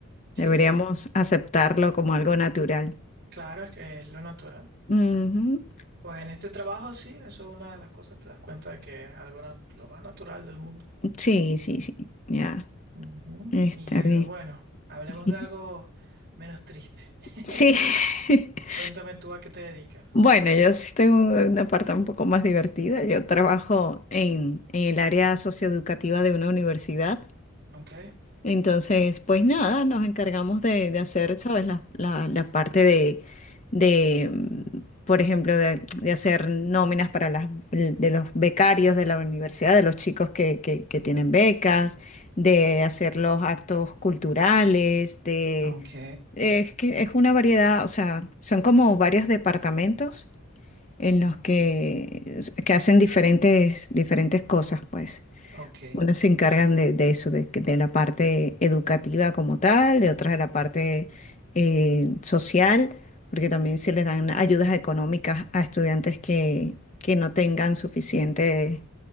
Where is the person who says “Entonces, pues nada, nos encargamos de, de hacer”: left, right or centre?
Left